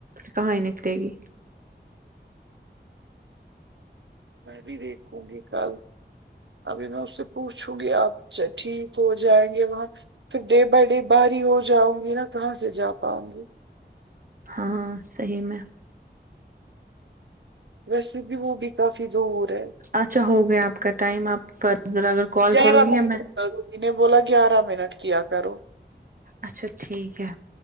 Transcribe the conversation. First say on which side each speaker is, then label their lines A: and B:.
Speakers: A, on the right (about 50°); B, on the right (about 85°).
A: کہاں ہی نکلے گی
B: میں بھی دیکھوں گی کل ابھی میں اس سے پوچھوں گی آپ ٹھیک ہو جائیں گے وہاں پھر ڈے بائی ڈے باہاری ہو جاؤں گی نا کہاں سے جا پاؤں گی
A: ہا صحیح میں
B: ویسے بھی وہ بھی کافی دور ہے
A: اچھا ہو گیا آپ کا ٹائم آپ فرر اگر کال
B: گیارہ
A: کرو گی
B: منٹ
A: یا میں
B: میں نے بولا گیارہ منٹ کیا کرو
A: اچھا ٹھیک ہے